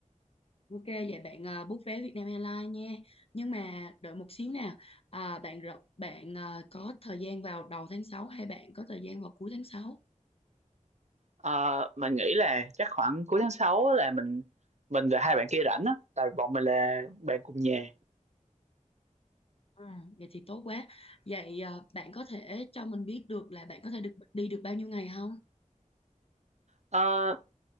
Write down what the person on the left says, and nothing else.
Ok, vậy bạn à, book vé Vietnam Airlines nha. Nhưng mà đợi một xíu nào. À, bạn rợ- bạn à, có thời gian vào đầu tháng 6 hay bạn có thời gian vào cuối tháng sáu
Ừ, vậy thì tốt quá. Vậy à, bạn có thể cho mình biết được là bạn có thể được đi được bao nhiêu ngày không?